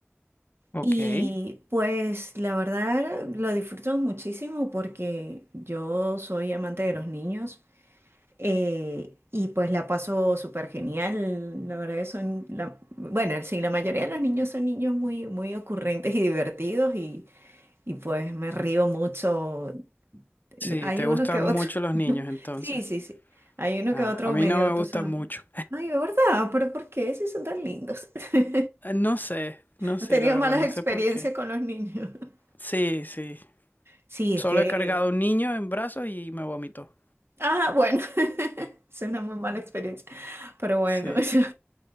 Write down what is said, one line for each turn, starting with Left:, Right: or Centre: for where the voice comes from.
Left: ok.
Right: Y pues la verdad lo disfruto muchísimo porque yo soy amante de los niños eh, y pues la paso súper genial. La verdad que son, la, bueno, sí, la mayoría de los niños son niños muy, muy ocurrentes y divertidos y, y pues me río mucho.
Left: Sí,
Right: Hay
Left: te gustan
Right: uno que otro.
Left: mucho los
Right: <laughs>
Left: niños entonces.
Right: Sí, sí, sí. Hay uno
Left: Ah,
Right: que otro
Left: a mí
Right: medio,
Left: no me gustan
Right: tú sabes.
Left: mucho.
Right: Ay, de verdad, pero ¿por qué? Si son tan lindos. <laughs>
Left: Eh, No sé, no sé,
Right: Has tenido
Left: la verdad,
Right: malas
Left: no
Right: experiencias
Left: sé por qué.
Right: con los niños. <laughs>
Left: Sí, sí.
Right: Sí,
Left: Solo
Right: es que...
Left: he cargado un niño en brazos y me vomitó.
Right: Ah, bueno. <laughs> Es una muy mala experiencia. Pero bueno,
Left: Sí.
Right: <laughs> yo-